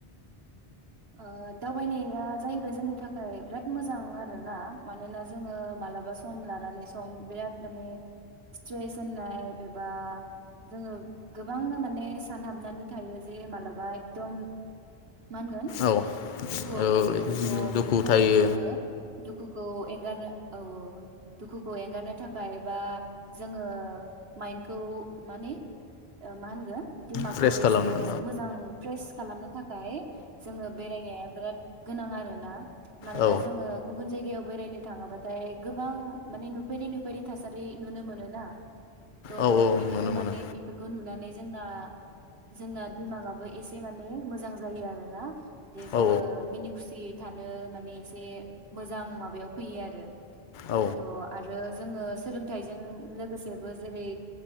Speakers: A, on the right; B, on the left.
A: ओ दावबायनाया जाहैबाय जोंनि थाखाय बिराद मोजां आरोना मानोना जोङो मालाबा सम लानानै सम बिराद माने स्ट्रेस होननाय एबा जोङो गोबांनो माने सानहाबनानै थायो जे मालाबा एकदम मा होनगोन दुखुआव
B: औ औ
A: थायो थ
B: दुखु
A: बिनि थाखाय
B: थायो
A: जोङो दुखुखौ एंगारनो औ औ दुखुखौ एंगारनो थाखाय बा जोङो माइन्डखौ माने मा होनगोन दिमागखौ
B: फ्रेस खालामनो
A: एसे मोजां फ्रेस खालामनो थाखाय आङो बेरायनाया बिराद गोनां आरो ना मानोना
B: औ
A: जोङो गुबुन जायगायाव बेरायनो थाङाबाथाय गोबां माने नुफेरै नुफेरि थासारि नुनो मोनोना थ
B: औ
A: बिदिजों
B: नुनो मोनो
A: माने बेफोरखौ नुनानै जोंना जोंना दिमागाबो एसे माने मोजां जायो आरो ना दे जोङो
B: औ
A: मिनि खुसि। थानो माने एसे मोजां माबायाव फैयो आरो।
B: औ
A: त आरो। जोङो सोलोंथाइजों लोगोसेबो जेरै